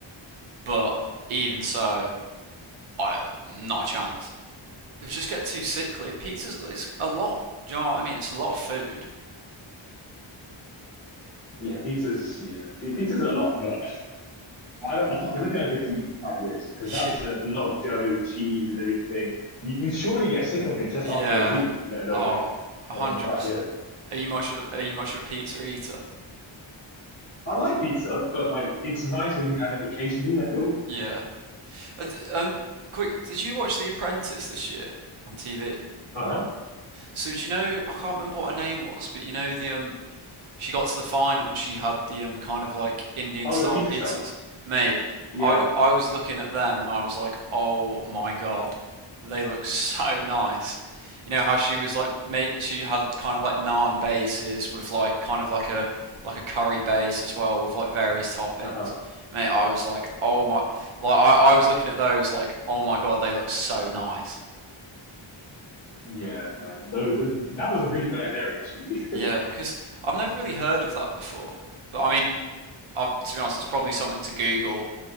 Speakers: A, on the right; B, on the left.
A: but even so, I not a chance. You just get too sickly. And pizza's it's a lot. Do you know what I mean? It's a lot of food.
B: Yeah, pizza's yeah, pi- pizza's a lot, but I don't. I don't think I'd be able to eat for five years because
A: <laughs>
B: that's
A: Yeah,
B: a, a lot of dough, cheese, and everything. You, you surely get sick of it just
A: Yeah.
B: after a week, let alone
A: Oh, a
B: and
A: hundred
B: then five
A: percent.
B: years.
A: Are you much of are you much of a pizza eater?
B: I like pizza, but like it's nice when you have it occasionally. I feel.
A: Yeah. Uh, d- Um, quick, did you watch The Apprentice this year on TV?
B: Uh huh.
A: So do you know, I can't remember what her name was, but you know the um she got to the final and she had the um, kind of like Indian
B: Oh,
A: style
B: the pizza
A: pizzas.
B: shop.
A: Mate,
B: Yeah.
A: I,
B: <laughs>
A: I was looking at them and I was like, oh my god, they look <laughs> so nice. You know how she was like, mate, she had kind of like naan bases with like kind of like a like a curry base as well with like various toppings.
B: Uh huh.
A: Mate, I was like, oh my, like I, I was looking at those like, oh my god, they look so nice.
B: Yeah, man. Though the, that was a really good idea, actually.
A: Yeah,
B: <laughs>
A: because I've never really heard of that before. But I mean, I've, to be honest, it's probably something to Google